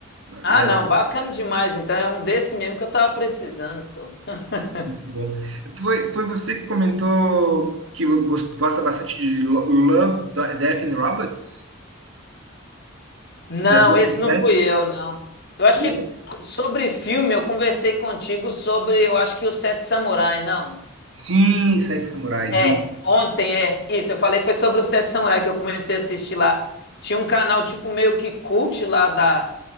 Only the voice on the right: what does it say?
né?
Muito bom. Foi, foi você que comentou que gos- gosta bastante de Lo- Love, Death and Robots?
Já viu
essa série?
Eu...
Sim, Sete Samurais,
isso.